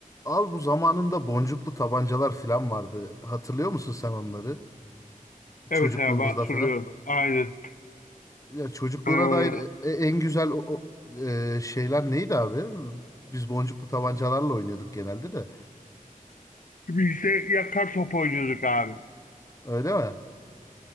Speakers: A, on the left; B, on the left.
A: Abi bu zamanında boncuklu tabancalar falan vardı. Hatırlıyor musun sen onları?
B: Evet
A: Çocukluğumuzda
B: abi hatırlıyorum.
A: falan.
B: Aynen.
A: Ya çocukluğuna
B: Ee,
A: dair e- en güzel o, o, e, şeyler neydi abi? Biz boncuklu tabancalarla oynuyorduk genelde de.
B: biz de yakar top oynuyorduk abi.
A: Öyle mi?